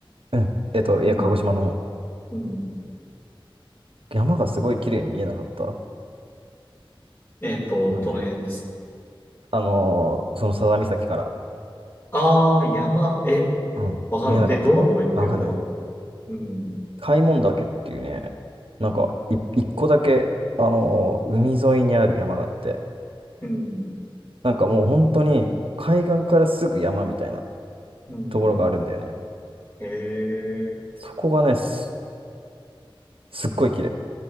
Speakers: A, on the right (about 75°); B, on the left (about 25°).
A: うん。えっと、いや、
B: うん。
A: 鹿児島の
B: うん。
A: 山がすごい綺麗に見えなかったわ
B: えっと、
A: かんない。
B: どの辺ですか
A: あのーその佐田岬から。
B: ああー、山、え、
A: うん。
B: わかんない。
A: 見えなかったか。
B: で、どのこと言ってるんだろ
A: あわかんない。
B: う。うん。
A: 開聞岳っていうね、なんかい一個だけ、
B: うん。
A: あのー海沿いにある山があって、
B: うん。
A: なんかもう本当に海岸からすぐ山みたいな
B: うん。
A: ところがあるんだよね。
B: ええ
A: そこがね、す、すっごい綺麗。